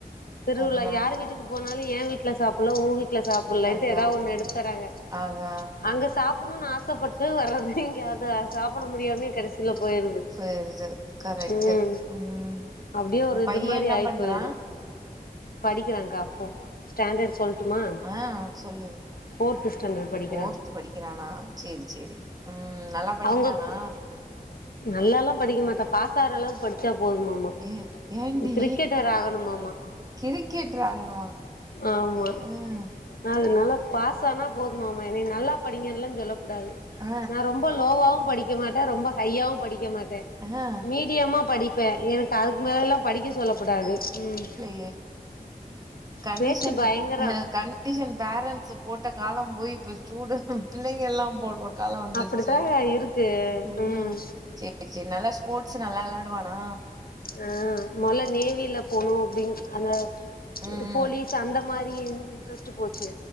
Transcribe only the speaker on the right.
அதனால
அதா
அதா
போயிருது கரெக்ட்டு
ம்
பைய
என்ன
பண்றா
ஆ சொல்லு
ஃபோர்த்து படிக்கிறானா சேரி சேரி ம் நல்லா படிக்கிறானா
ஏ ஏண்டி
கிரிக்கெட் ஆகணுமா
ம்
ஆ
ஆ
யே கண்டிஷன்
பேரண்ஸ் போட்ட காலம் போய் சூடு பிள்ளைங்க எல்லாம் போடுற காலம் வந்துருச்சு
அதான்
சரி சரி நல்லா ஸ்போர்ட்ஸ் நல்லா வெளயாடுவானா
ம் ம்